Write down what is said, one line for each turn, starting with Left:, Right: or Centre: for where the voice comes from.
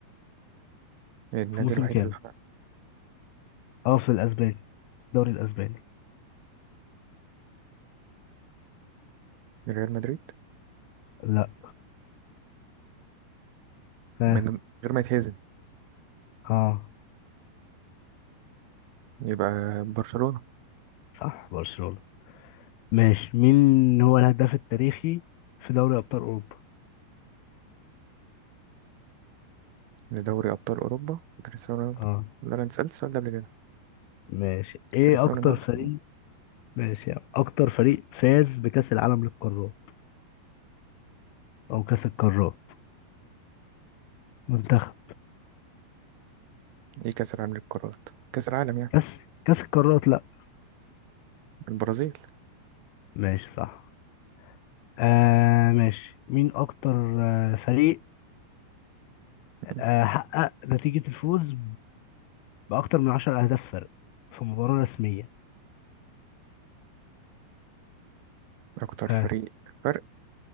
Right: النادي
Left: في موسم
Right: الوحيد
Left: كام؟
Right: اللي حقق
Left: اه في الأسباني الدوري الأسباني
Right: ريال مدريد
Left: لا ها
Right: من غير ما يتهزم
Left: اه
Right: يبقى برشلونة
Left: صح برشلونة ماشي مين هو الهداف التاريخي في دوري أبطال أوروبا؟
Right: لدوري أبطال أوروبا كريستيانو رونالدو
Left: اه
Right: ولا أنا اتسألت السؤال ده قبل كده
Left: ماشي ايه
Right: كريستيانو
Left: أكتر
Right: رونالدو
Left: فريق ماشي يعني أكتر فريق فاز بكأس العالم للقارات أو كأس القارات منتخب
Right: إيه كأس العالم للقارات كأس العالم يعني
Left: كأس كأس القارات لا
Right: البرازيل
Left: ماشي صح آه ماشي مين أكتر آه فريق
Right: مم.
Left: آه حقق نتيجة الفوز بأكتر من عشر أهداف فرق في مباراة رسمية
Right: أكتر فريق
Left: ها
Right: فرق